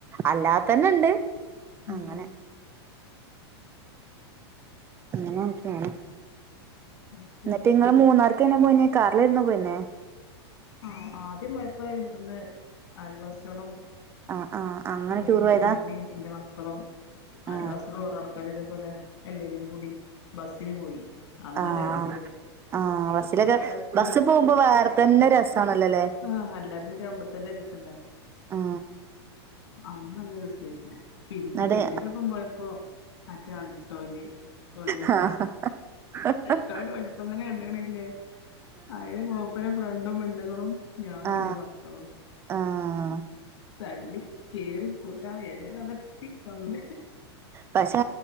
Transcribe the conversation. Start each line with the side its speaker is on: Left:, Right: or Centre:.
Right: അല്ലാത് തന്നെ ഉണ്ട്
Left: ഉം
Right: അങ്ങനെ അ ങ്ങനെ ഒക്കെ ആണ്
Left: അത് ശരി
Right: എന്നിട്ട് ഇങ്ങള് മൂന്നാർക്ക്നാ പോയിനേ കാറിലാ യി രുന്നോ പോയിന്നേ
Left: ആ ആദ്യം പോയപ്പ ഇവിടുന്ന് അയൽവാസയോളം
Right: ആ ആ അങ്ങനെ
Left: ഇവിടുന്ന്
Right: ടൂർ പോയതാ
Left: ഇ മ്മീം എന്റെ മക്കളും അയ
Right: ആ
Left: ൽിവാസികൾ കുറെ ആൾ ആക്കാരതേ പോലെ എല്ലരും കൂടി ബസ്സിന് പോയി അന്ന്
Right: ആഹ
Left: നല്ല രസായിരുന്നു ബസ്സിന്
Right: ആ ആഹ ബസ്സിലൊക്കെ
Left: നമ്മള് അടിച്ച്
Right: ബസ്സിൽ പോകുമ്പോ വേറെ തന്നെ രസമാണല്ലോ അല്ലെ
Left: ആഹ എല്ലാരും കൂടി അമ്പത്തന്റെ ര സല്ലേ
Right: ആ
Left: അന്ന് നല്ല ര സായിരു ന്നേ പിന്നെ
Right: എന്നിട്ട്
Left: കെ ട്ടിയോ ന്റ പ്പം പോയപ്പോ മറ്റേ അ ൾട്ടോൽ ഒരു
Right: ആ <unintelligible>
Left: ഇ ഒരു വലുപ്പം തന്നെ കണ്ടണല്ലേ അതില് മുൂപ്പര ഫ്രണ്ടും പെണ്ണുുകളും ഞാനും
Right: ആ
Left: എന്റെ മക്കളും
Right: ആ ആ
Left: തള്ളി കയറിപ്പോയി ആ ഏതായാലും അവിടെ ത്തി വന്ന്
Right: പക്ഷെ